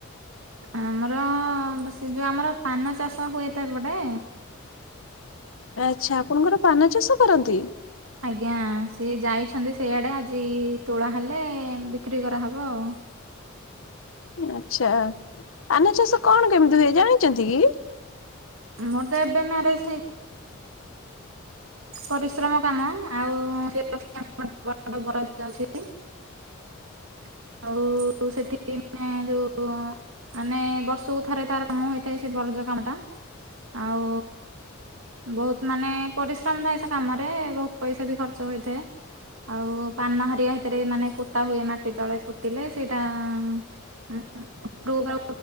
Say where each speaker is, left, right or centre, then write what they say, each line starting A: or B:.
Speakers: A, on the right; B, on the left.
A: ଆମର ସେ ଯୋଉ ଆମର ପାନ ଚାଷ ହୁଏତ ଏପଟେ।
B: ଆଛା, ଆପଣଙ୍କର ପାନ ଚାଷ କରନ୍ତି?
A: ଆଜ୍ଞା ସିଏ ଯାଇଛନ୍ତି ସେଇଆଡେ ଆଜି ତୋଳା ହେଲେ ବିକ୍ରି କରାହେବ ଆଉ <unintelligible>
B: ଆଛା ପାନ ଚାଷ କଣ କେମିତି ହୁଏ ଜାଣିଛନ୍ତି କି?
A: ମୋର ତ ଏବେ ମ୍ୟାରେଜ ହେଇଛି। ପରିଶ୍ରମ କାମ ଆଉ <unintelligible> ବରାଦ୍ ଅଛି <inaudible> ଆଉ ସେଠି ମାନେ ଯୋଉ ମାନେ ବର୍ଷକୁ ଥରେ ତାର କାମ ହେଇଥାଏ ସେ ବ ପ୍ରୋଜ କାମଟା ଆଉ ବହୁତ ମାନେ ପରିଶ୍ ମ ଥାଏ ସେ କାମରେ ବହୁତ ପଇସା ବି ଖର୍ଚ୍ଚ ହେଇଥାଏ। ଆଉ ପାନ ହେରିକା ହେତିରେ ମାନେ ପୋତା ହୁଏ ମାଟି ତଳେ ପୋତିଲେ ସେଇଟା ମ୍ <unintelligible>